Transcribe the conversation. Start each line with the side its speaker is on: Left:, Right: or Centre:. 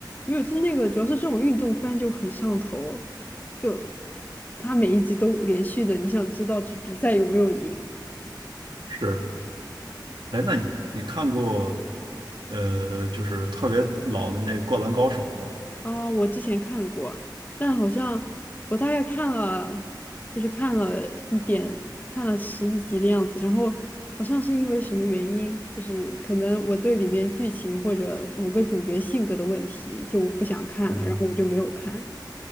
Left: 没有，就那个主要是这种运动番就很上头，就它每一集都连续的，你想知道这比赛有没有赢
Right: 是，哎，那你你看过呃，就是特别老的那《灌篮高手》吗？
Left: 啊？我之前看过，但好像我大概看了，就是看了一点，看了十几集的样子，然后好像是因为什么原因，就是可能我对里面剧情或者某个主角性格的问题就不想看了，
Right: 嗯
Left: 然后我就没有看。